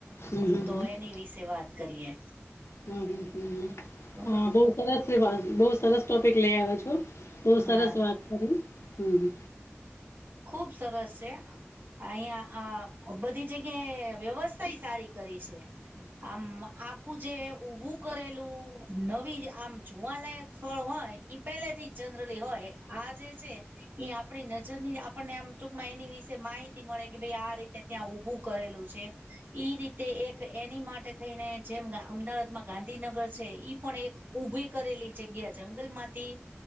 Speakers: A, on the left (about 70°); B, on the right (about 45°).
A: હમ
B: તો એની વિસે વાત કરીએ.
A: હમ્મહ, અમ્મ.
B: બરોબર
A: હા, બોવ સરસ વાત. બો સરસ ટોપિક લેઇ આવ્યા છો. બો
B: હા
A: સરસ વાત. કરી? હમ્મ.
B: ખુબ સરસ સે. અઈયાં હા, બધી જગ્યાએ વ્યવસ્થાય સારી કરી છે. આમ, આખું જે ઉભું કરેલું, નવી જ આમ જોવાલાયક સ્થળ હોય ઈ પેલેથી જ જનરલી હોય. આ જે છે, ઈ આપડી નજરની આ પન્ને આમ ટૂંકમાં, એની વિસે માહિતી મળે કે ભાઈ આ રીતે ત્યાં ઊભું કરેલું છે. ઈ રીતે એક એની માટે થઈ ને, જેમ ગાં અમદાવાદમાં ગાંધીનગર છે ઈ પણ એક ઊભી કરેલી જગ્યા જંગલમાંથી